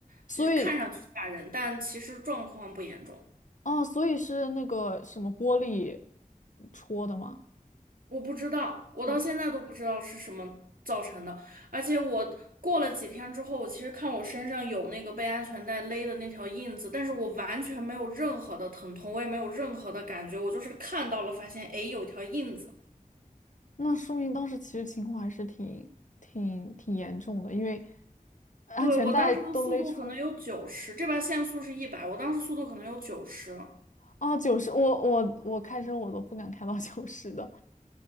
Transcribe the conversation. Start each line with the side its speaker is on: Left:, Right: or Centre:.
Left: 所以
Right: 就是看上去吓人，但其实状况不严重。
Left: 哦，所以是那个什么玻璃戳的吗？
Right: 我不知道，我到现在都不知道是什么造成的。
Left: 他
Right: 而且我过了几天之后，我其实看我身上有那个被安全带勒的那条印子，但是我完全没有任何的疼痛，我也没有任何的感觉，我就是看到了，发现诶有一条印子。
Left: 那说明当时其实情况还是挺挺挺严重的，因为安全带都勒出
Right: 对，我当时的速度可能有九十，这边限速是一百，我当时速度可能有九十。
Left: 啊九十，我我我开车我都不敢开到九十的，